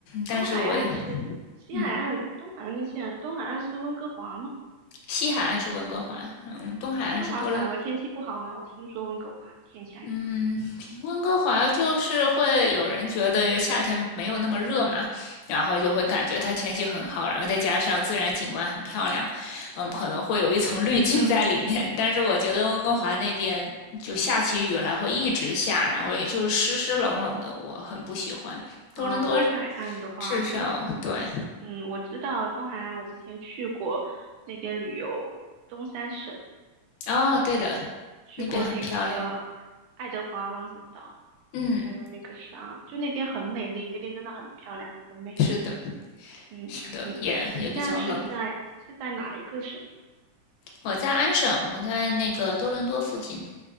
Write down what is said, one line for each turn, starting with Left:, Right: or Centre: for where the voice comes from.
Left: 但是我，
Right: 东海岸是西海岸，
Left: 嗯。
Right: 东海岸跟西海岸，东海岸是温哥华吗？
Left: 西海岸是温哥华，嗯，东海岸是多伦，
Right: 温哥华反而天气不好吗？我听说温哥华天气还挺好
Left: 嗯，温哥华就是会有人觉得夏天没有那么热嘛，然后就会感觉它天气很好，然后再加上自然景观很漂亮，嗯，可能会有一层滤镜在里面。但是我觉得温哥华那边就下起雨来会一直下，然后也就是湿湿冷冷的，我很不喜欢。
Right: 啊。
Left: 多伦多
Right: 东海岸的话，
Left: 至少对，
Right: 我嗯我知道东海岸，我之前去过那边旅游，东三省
Left: 哦，对的，
Right: 去过那个
Left: 那边很漂亮，
Right: 爱德华王子岛，
Left: 嗯，
Right: 还有那个啥，就那边很美丽，那边真的很漂亮，很美。
Left: 是的，
Right: 嗯，
Left: 是的，
Right: 你你现在是在是在哪一个省呢？
Left: 也也比较冷。我在安省，我在那个多伦多附近。